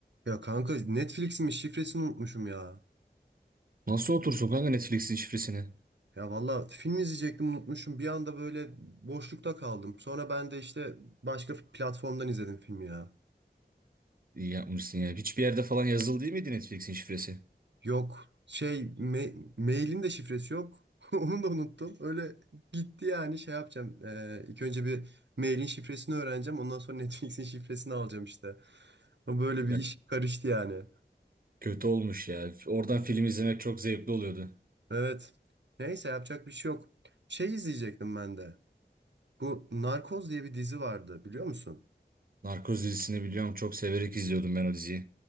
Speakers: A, on the right; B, on the right.
A: Ya kanka Netflix'imin şifresini unutmuşum ya.
B: Nasıl otursun kanka Netflix'in şifresini?
A: Ya valla film izleyecektim unutmuşum. Bir anda böyle boşlukta kaldım. Sonra ben de işte başka platformdan izledim filmi ya.
B: İyi yapmışsın ya. Hiçbir yerde falan yazılı değil miydi Netflix'in şifresi?
A: Yok şey me- mailin de şifresi yok. <laughs> Onu da unuttum. Öyle gitti yani şey yapacağım. Ee, ilk önce bir mailin şifresini öğreneceğim. Ondan sonra <laughs> Netflix'in şifresini alacağım işte. Ama Böyle bir
B: Ya,
A: iş karıştı yani.
B: kötü olmuş ya. Oradan film izlemek çok zevkli oluyordu.
A: Evet. Neyse yapacak bir şey yok. Şey izleyecektim ben de. Bu Narkoz diye bir dizi vardı biliyor musun?
B: Narkoz dizisini biliyorum çok severek izliyordum ben o diziyi.